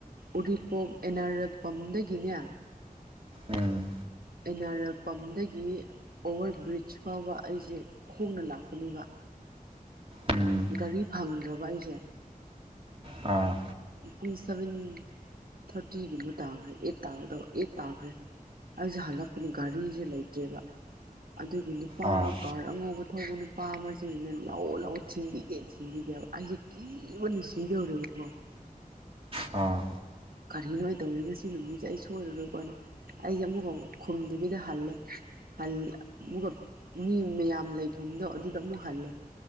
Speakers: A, on the right; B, on the right.
A: ꯎꯔꯤꯄꯣꯛ ꯑꯦꯟ ꯑꯔ ꯑꯦꯄꯝꯗꯒꯤꯅꯦ
B: ꯎꯝ
A: ꯑꯦꯅꯥ ꯑꯔ ꯑꯦꯜ ꯄꯝꯗꯒꯤ ꯑꯣꯚꯔ ꯕ꯭ꯔꯤꯖ ꯐꯥꯎꯕ ꯑꯩꯁꯦ ꯈꯣꯡꯅ ꯂꯥꯛꯄꯅꯦꯕ
B: ꯎꯝ
A: ꯒꯥꯔꯤ ꯐꯪꯗ꯭ꯔꯕ ꯑꯩꯁꯦ
B: ꯑꯥ
A: ꯄꯨꯡ ꯁꯚꯦꯟ ꯊꯥꯔꯇꯤꯒꯨꯝꯕ ꯇꯥꯈ꯭ꯔꯦ ꯑꯩꯠ ꯇꯥꯕꯗ ꯑꯩꯠ ꯇꯥꯈ꯭ꯔꯦ ꯑꯩꯁꯦ ꯍꯜꯂꯛꯄꯅꯦ ꯘꯔꯤꯁꯦ ꯂꯩꯇ꯭ꯔꯦꯕ ꯑꯗꯨꯒꯤ ꯅꯨꯄꯥ
B: ꯑꯥ
A: ꯑꯃ ꯀꯥꯔ ꯑꯉꯧꯕ ꯊꯧꯕ ꯅꯨꯄꯥ ꯑꯃꯁꯤꯅ ꯂꯥꯛꯑꯣ ꯂꯥꯛꯑꯣ ꯊꯤꯟꯕꯤꯒꯦ ꯊꯤꯟꯕꯤꯒꯦꯕ ꯑꯩꯁꯦ ꯀꯤꯕ ꯅꯨꯡ ꯁꯤꯗꯧꯔꯦꯕꯀꯣ <unintelligible>
B: ꯑꯥ
A: ꯀꯔꯤꯅꯣ ꯍꯥꯏꯅ ꯇꯧꯔꯤ ꯉꯁꯤ ꯅꯨꯃꯤꯠꯁꯦ ꯑꯩ ꯁꯣꯏꯔꯔꯣꯏꯀꯣꯅ ꯑꯩꯁꯦ ꯑꯃꯨꯛꯀ ꯈꯨꯝꯗꯨꯕꯤꯗ ꯍꯜꯂꯦ ꯑꯃꯨꯛꯀ ꯃꯤ ꯃꯌꯥꯝ ꯂꯩꯐꯝꯗꯣ ꯑꯗꯨꯗ ꯑꯃꯨꯛ ꯍꯜꯂꯦ